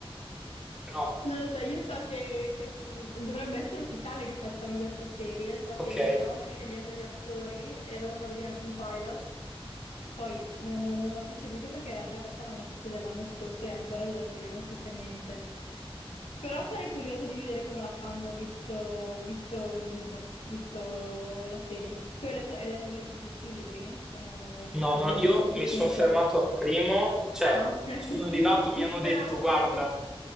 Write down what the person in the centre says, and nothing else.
<laughs> però
ok.
No,
no, io mi sono fermato al primo, cioè
sono arrivato,
mi hanno detto, guarda,